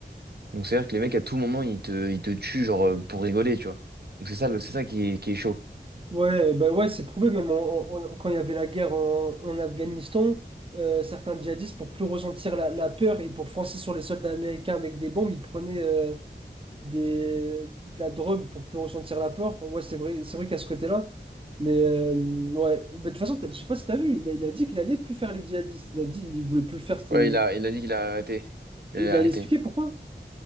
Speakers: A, on the right; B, on the right.
A: Donc, c'est-à-dire que les mecs, à tout moment, ils te, ils te tuent, genre, euh, pour rigoler, tu vois. Donc, c'est ça, le- c'est ça qui est, qui est chaud.
B: ouais, bah ouais, c'est prouvé. Même en- en- en- quand il y avait la guerre en, en Afghanistan, euh, certains djihadistes, pour plus ressentir la, la peur et pour foncer sur les soldats américains avec des bombes, ils prenaient euh, des, de la drogue pour plus ressentir la peur. Ouais, c'est vrai, c'est vrai qu'à ce côté-là. Mais euh, ouais, Bah, de toute façon, t'as- je sais pas si t'as vu, il a, il a dit qu'il allait plus faire les djihadistes. Il a dit qu'il voulait plus le faire. c'était-
A: Ouais, il a, il a dit qu'il a arrêté. Il
B: Il
A: a
B: a
A: arrêté.
B: expliqué pourquoi.